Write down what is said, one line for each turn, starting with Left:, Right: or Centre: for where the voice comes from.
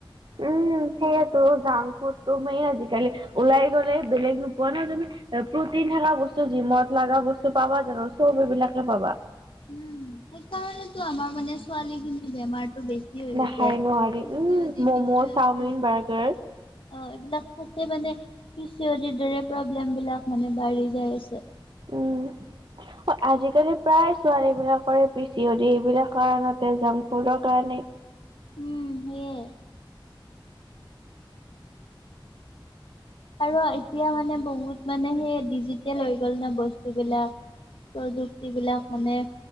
Right: উম', সেইয়েতো জাং ফুড। ত মেইন আজিকালি ওলাই গ'লে বেলেগ নোপোৱা ন তুমি এ প্ৰটিন থকা বস্তু যিমত লা গা বস্তু পাবা জানো চব এইবিলাকে পাবা।
Left: উম', সেইকাৰণেতো আমাৰ। মানে ছোৱালী খিনি বেমাৰতটো বেছি হৈ গৈছেি
Right: নাখায় নোৱাৰি
Left: P C
Right: um
Left: O D
Right: ম'ম'
Left: - P C O
Right: Chowmein
Left: D. অ',
Right: burger
Left: এইবিলাক খতে মানে পি চি অ ডি দৰে প্ৰব্লেম বিলাক মানে বাঢ়ি যাই আছে।
Right: উম ', আজিকালি প্ৰায় ছোৱালী বিলাকৰে পি চি অ ডী এইবিলাক কাৰণতে জাংক ফুডৰ কাৰণে।
Left: উম', সেইয়াই আৰু এতিয়া মানে বহুত মানে সেই ডিজিটেল হৈ গল ন বস্তু বিলাক, প্ৰযুক্তি বিলাক, মানে